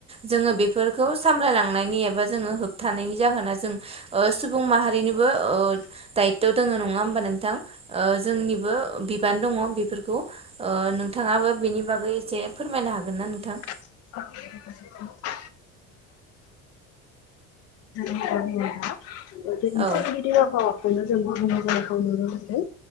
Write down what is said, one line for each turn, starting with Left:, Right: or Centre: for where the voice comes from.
Right: जोंङो बेफोरखौ सामलायांनायनि एबा जोंङो होबथानायनि जाहोना जों ओ सुबुं माहारिनि
Left: <unintelligible>
Right: दायथ दोंङो नंङा होमबा नोंथां ओ जोंनिबो बिबान दङ बेफोरखौ ओ नोंथाङाबो बेनि बागै एसे फोरमायनो हागोन ना नोंथां?
Left: <unintelligible> <unintelligible> जोंनि
Right: औ
Left: सोरगिदिं आबहावाखौनो जों गुबुले जानायखौ नुनो मोनदों।